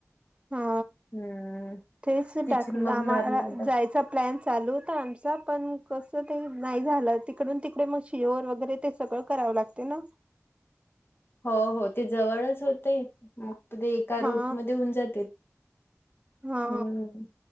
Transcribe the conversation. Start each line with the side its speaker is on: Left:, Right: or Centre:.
Right: हा
Left: हम्म.
Right: तेच
Left: तिथून
Right: टाक
Left: मग
Right: आम्हाला
Left: नर्मदा
Right: जायचा प्लॅन चालू होता आमचा पण कसं ते नाही झालं तिकडून तिकडे मग शिओर वगैरे ते सगळं करावं लागतं. ते ना.
Left: हो, हो. ते जवळच होतय. एका
Right: हा
Left: रूट मध्ये होऊन जातय.
Right: हा
Left: हम्